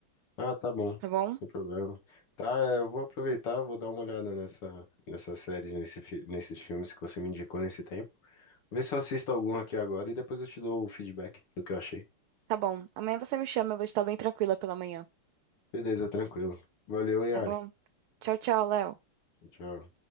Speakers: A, on the left; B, on the right.
A: Ah, tá bom,
B: tá bom?
A: sem problema. Tá, é, eu vou aproveitar, vou dar uma olhada nessa, nessas séries, nesse, fi- nesses filmes que você me indicou nesse tempo. Vê se eu assisto algum aqui agora e depois eu te dou o feedback do que eu achei.
B: Tá bom. Amanhã você me chama, eu vou estar bem tranquila pela manhã,
A: Beleza, tranquilo. Valeu, hein,
B: tá
A: Ari.
B: bom? Tchau, tchau, Léo.
A: Tchau.